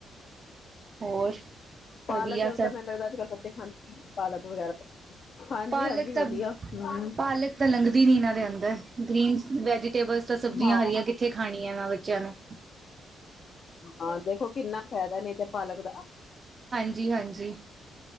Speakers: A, on the right; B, on the left.
A: ਹੋਰ
B: ਪਾਲਕ
A: ਵਧੀਆ ਸਭ
B: ਤਾਂ ਮੈਨੂੰ ਲੱਗਦਾ, ਅੱਜਕੱਲ੍ਹ ਬੱਚੇ ਖਾਂਦੇ ਪਾਲਕ ਵਗੈਰਾ ਹਾਂਜੀ-ਹਾਂਜੀ,
A: ਪਾਲਕ ਤਾਂ
B: ਵਧੀਆ। ਹਮ
A: ਪਾਲਕ ਤਾਂ ਲੰਘਦੀ ਨੀ ਇਹਨਾਂ ਦੇ ਅੰਦਰ, ਗ੍ਰੀਨ ਵੈਜੀਟੇਬਲਸ ਤਾਂ ਸਬਜ਼ੀਆਂ
B: ਹਾਂ
A: ਹਰੀਆਂ ਕਿੱਥੇ ਖਾਣੀਆ ਏਨਾ ਬੱਚਿਆਂ ਨੂੰ।
B: ਹਾਂ, ਦੇਖੋ ਕਿੰਨਾ ਫ਼ਾਇਦਾ ਨਹੀਂ ਤੇ ਪਾਲਕ ਦਾ।
A: ਹਾਂਜੀ-ਹਾਂਜੀ।